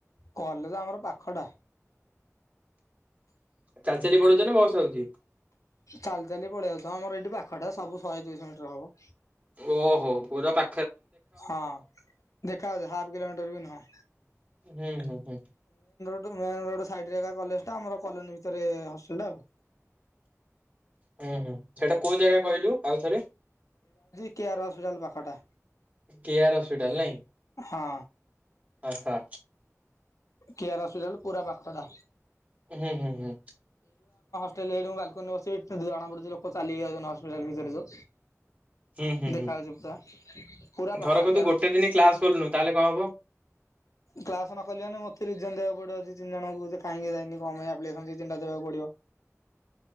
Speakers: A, on the left; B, on the right.
A: କଲେଜ ଆମର ପାଖଟା।
B: ଚାଲି ଚାଲି ପଳଉଛ ନା ବସ ଯାଉଛି?
A: ଚାଲି ଚାଲି ପଳେଇଆଉଚୁ ଆମର ଏଇଠି ପାଖଟା ସବୁ ଶହେ ଦୁଇଶହ ମିଟର ହବ।
B: ଓହୋ ପୁରା ପା
A: ହଁ ଦେଖା ଯାଉଚି ହାଫ କିଲୋମିଟର ବି ନୁହଁ।
B: ହୁଁ ହୁଁ ହୁଁ।
A: ତ ମେନ ରୋଡ ସାଇଡ୍ ରେ ଏକା କଲେଜ ଟା ଆମର କଲୋନି ଭିତରେ ହଷ୍ଟେଲ ଟା ଆଉ।
B: ହୁଁ ହୁଁ ସେଇଟା କୋଉ ଜାଗା କହିଲୁ ଆଉଥରେ।
A: କେୟାର ହସ୍ପିଟାଲ ପାଖ ଟା।
B: କେଆର ହସ୍ପିଟାଲ ନାଇଁ।
A: ହଁ।
B: ଆଛା।
A: କେୟାର ହସ୍ପିଟାଲ ପୁରା ପାଖଟା।
B: ହୁଁ ହୁଁ ହୁଁ।
A: ଟୋଟାଲି ହେଇଟି ମୁଁ ବାଲକୋନୀରେ ବସିଥିବି। ଜଣା ପଡୁଚି ଲୋକ ଚାଲିକି ଯାଉଛନ୍ତି। ହସ୍ପିଟାଲ ଭିତରେ ଯୋଉ
B: ହୁଁ ହୁଁ
A: ଦେଖାଯାଉଛି
B: ହୁଁ।
A: ପୁରା ପୁରା ପାଖ
B: ଧରକ
A: ଟା କେ୍ୟରର
B: ତୁ ଗୋଟେ ଦିନ କ୍ଲାସ କଲୁନୁ ତାହେଲେ କଣ ହବ
A: କ୍ଲାସ ନ କଲି ମାନେ ମତେ ରିଜନ ଦେବାକୁ ପଡିବ ଦି ତିନି ଜଣଙ୍କୁ ଯେ କାଇଁକି ଯାଇନି କଣ ପାଇଁ <unintelligible> ଦି ତିନଟା ଦେବାକୁ ପଡିବ,